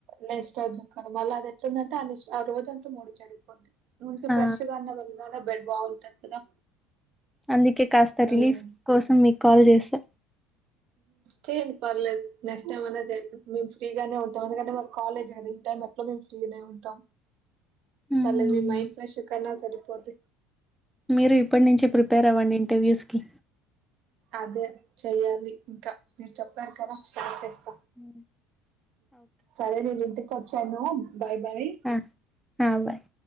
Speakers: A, on the right; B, in the centre.
A: నెస్ వచ్చుక్క మళ్ళీ అది ఎట్లుందంటే ఆస్ ఆ రోజంతా మూడి చెడిగిపోద్ది ఊనికి
B: ఆ
A: ఫ్రెష్ గా అన్న వెళదా బెడ్ బాగుంటది కదా
B: అందుకే కాస్త
A: ఉమ్
B: రిలీఫ్ కోసం మీక్ కాల్ చేసా
A: చేయండి పర్లేదు నెక్స్ట్ టైమ్ అనేది మేము ఫ్రీగానే ఉంటాం ఎందుకంటే మా కాలేజ్ అది టయి మట్లా మేము ఫ్రీనే ఉంటాం
B: మ్మ్.
A: పర్లేద్ మీ మైండ్ ఫ్రెష్ కయినా సరిపోదు
B: మీరు ఇప్పటి నుంచే ప్రిపేర్ అవ్వండి ఇంటర్వ్యూస్కి
A: అదే చెయ్యాలి ఇంక మీరు చెప్పారు కదా స్పార్ట్ చేస్త
B: అ
A: సరే నేను ఇంటికి వచ్చాను బాయ్ బాయ్
B: అ ఆ బాయ్